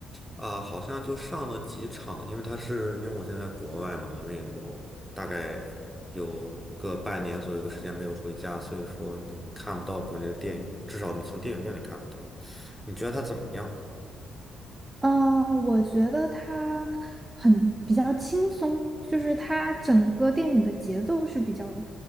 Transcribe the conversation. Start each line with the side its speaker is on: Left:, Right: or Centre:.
Centre: 啊，好像就上了几场，因为它是因为我现在在国外嘛，因为我大概有个半年左右的时间没有回家，所以说你看不到国内的电影，至少你从电影院里看不到。你觉得它怎么样？
Right: 嗯，呃我觉得它很比较轻松，就是它整个电影的节奏是比较